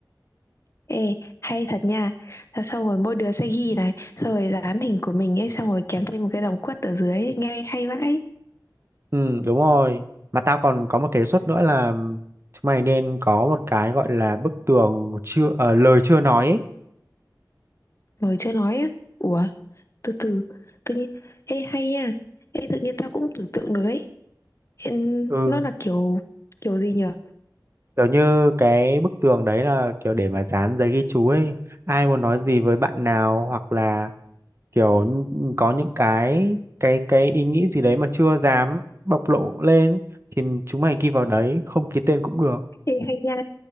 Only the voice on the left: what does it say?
Ê, hay thật nha. Thế Xong rồi mỗi đứa sẽ ghi này, xong rồi dán hình của mình ấy, xong rồi kèm thêm một cái dòng quất ở dưới ấy, nghe hay vãi.
Rồi chưa nói á. Ủa, từ từ, tự nhiên, ê hay nha. Ê, tự nhiên tao cũng tưởng tượng được ấy. Ê,
nó là kiểu, kiểu gì nhở?
Ê hay nha,